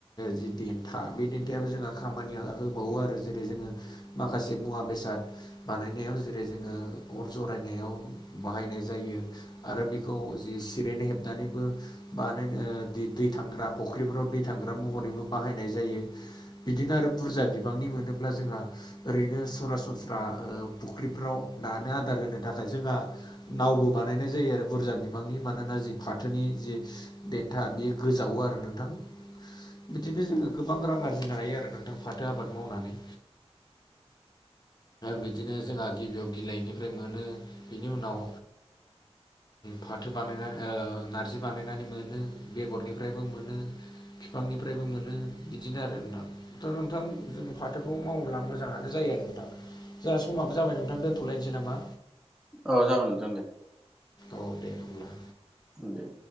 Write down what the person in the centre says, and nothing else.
औ जागोन नोंथां दे।
आे।